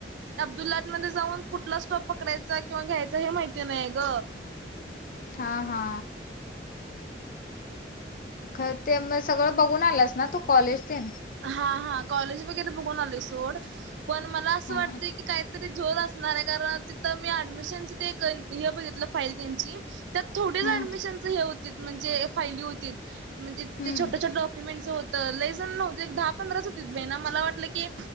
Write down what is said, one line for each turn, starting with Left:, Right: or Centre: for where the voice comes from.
Right: अब्दुल्लाट मध्ये जाऊन कुठला स्टॉप पकडायचा किंवा घ्यायचा हे माहिती नाहीय ग
Left: हा, हा! खरं! ते म सगळं बघून आलेस ना तू कॉलेज ते
Right: हा, हा, कॉलेज वगैरे बघून आलोय सोड पण मला असं
Left: हा
Right: वाटत की, काहीतरी झोल असणार आहे. कारण तिथं मी ऍडमिशन ते, हे बघितलं फाईल त्यांची त्यात थोडीच
Left: हा
Right: ऍडमिशनच हे होती. म्हणजे फायली होती. म्हणजे
Left: हम्म
Right: ते छोट्या छोट्या डॉकुमेंट होतं लय जन न्हवतीत एक दहा पंधराच होती बाई, मला वाटलं की,